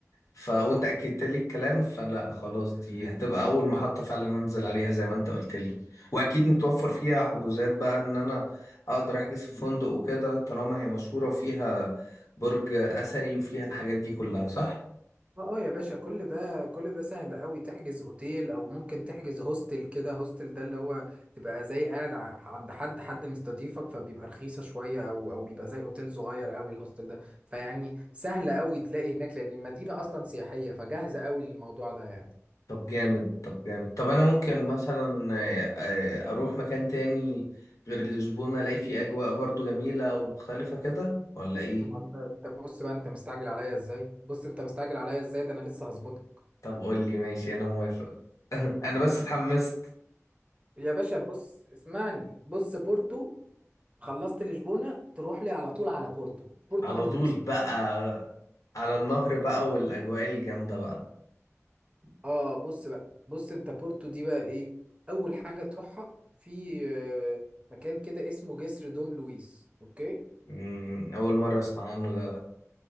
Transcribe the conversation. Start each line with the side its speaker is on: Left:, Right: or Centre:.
Left: ف وانت اكدت لي الكلام فلا خلاص دي هتبقى اول محطة فعلا انزل عليها زي ما انت قلت لي واكيد متوفر فيها حجوزات بقى ان انا اقدر احجز في فندق وكده طالما هي مشهورة وفيها برج اثري وفيها الحاجات دي كلها صح؟
Right: اه آه يا باشا كل ده كل ده سهل قوي تحجز اوتيل او ممكن تحجز هوستل كده هوستل ده اللي هو تبقى زي قاعد ع- عند حد حد مستضيفك فبيبقى رخيصة شوية او او بيبقى زي اوتيل صغير قوي الهوستل ده فيعني سهل قوي تلاقي هناك لان المدينة اصلا سياحية فجاهزة قوي للموضوع ده يعني
Left: طب جامد طب جامد طب انا ممكن مثلا آه، آه، اروح مكان تاني غير لشبونة الاقي فيه اجواء برضو جميلة ومختلفة كده ولا ايه
Right: ما هو انت انت بص بقى انت مستعجل عليا ازاي بص انت مستعجل عليا ازاي ده انا لسه هظبطها
Left: طب قول لي ماشي انا موافق انا
Right: بص-
Left: بس اتحمست
Right: يا باشا بص اسمعني بص بورتو خلصت لشبونة تروح لي على طول على بورتو بورتو
Left: على
Right: هتنبسط
Left: طول بقى على النهر بقى والاجواء الجامدة بقى
Right: اه بص بقى بص انت بورتو دي بقى ايه اول حاجه تروحها في آه، مكان كده اسمه جسر دوم لويس اوكي
Left: مم، اول مرة اسمع عنه ده